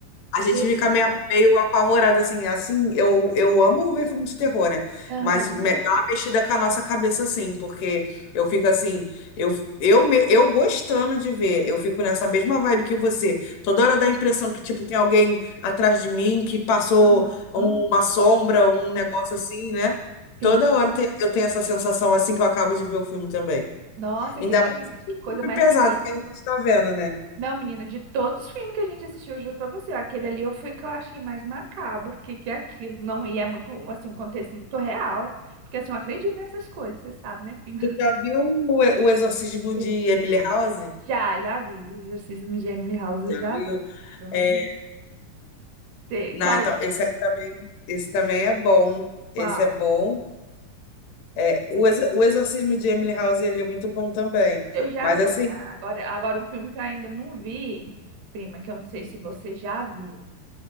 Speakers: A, on the left; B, on the right.
A: A
B: Que
A: gente fica
B: que
A: meio, meio apavorada, assim, assim, eu, eu amo ver filme de terror, né?
B: Aham.
A: Mas me- dá uma mexida com a nossa cabeça, assim, porque eu fico assim, eu, eu, me- eu gostando de ver, eu fico nessa mesma vibe que você. Toda hora dá a impressão que, tipo, tem alguém atrás de mim que passou
B: Aham.
A: uma
B: Aham.
A: sombra, um negócio assim, né?
B: Sim.
A: Toda hora tem- eu tenho essa sensação, assim, que eu acabo de ver o filme também.
B: Nossa,
A: Ainda
B: que que
A: mais
B: é isso? Que
A: o
B: coisa
A: filme
B: mais
A: pesado
B: sinistra.
A: que a gente tá vendo, né?
B: Não, menina, de todos os filmes que a gente assistiu, eu juro pra você, aquele ali eu fui que eu achei mais macabro, que que é aquilo, não, e é muito, assim, um contexto muito real, porque assim, eu acredito nessas coisas, você sabe, né, prima?
A: Tu
B: <laughs>
A: já viu o, o Exorcismo
B: E
A: de
B: esses-
A: Emily House?
B: Já, já vi, Exorcismo de Emily House eu
A: Já
B: já
A: viu?
B: vi, filme
A: É,
B: de... Cê-
A: não,
B: Qual,
A: então, esse aí também, esse também é bom.
B: qual?
A: Esse é bom. É, o, Ex- o Exorcismo de Emily House, ele é muito bom também.
B: Eu já
A: Mas
B: vi,
A: assim,
B: já, agora, agora um filme que eu ainda não vi, prima, que eu não sei se você já viu,